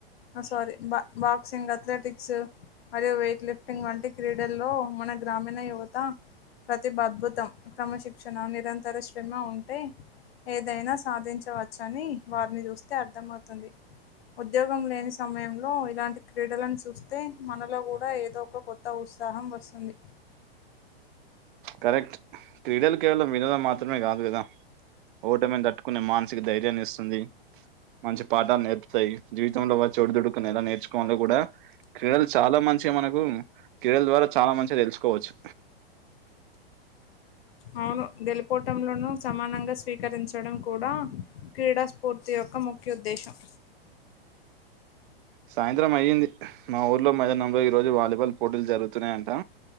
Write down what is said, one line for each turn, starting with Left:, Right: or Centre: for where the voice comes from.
Left: ఆ సారీ బా బాక్సింగ్ అథ్లెటిక్స్ మరియు వెయిట్ లిఫ్టింగ్ వంటి క్రీడల్లో మన గ్రామీణ యువత ప్రతి అద్భుతం క్రమశిక్షణ నిరంతర శ్రమ ఉంటే ఏదైనా సాధించవచ్చ అని వారిని చూస్తే అర్థమవుతది ఉద్యోగం లేని సమయంలో ఇలాంటి క్రీడలను చూస్తే మనలో కూడా ఏదో ఒక కొత్త ఊసు ఉత్సాహం వస్తుంది
Right: కరెక్ట్ క్రీడలు కేవలం వినోదం మాత్రమే కాదు కదా ఓటమిని తట్టుకునే మానసిక ధైర్యాన్ని ఇస్తుంది మంచి పాఠాలు నేర్పుతాయి జీ తోండా వాచు ఓడు దదుడుకునేదా నేలా నేర్చుకోడు కూడా క్రీడలు చాలా మంచిగా మనకు క్రీడల ద్వారా చాలా మంచిగా తెలుసుకోవచ్చు
Left: అవును గెలుపోటములను సమానంగా స్వీకరించడం కూడా క్రీడా స్ఫూర్తి యొ ఒక ముఖ్య ఉద్దేశం
Right: సాయంత్రం అయ్యింది మా ఊర్లో మైదానంలో ఈ రోజు వాలీబాల్ పోటీలు జరుగుతున్నాయి అంటా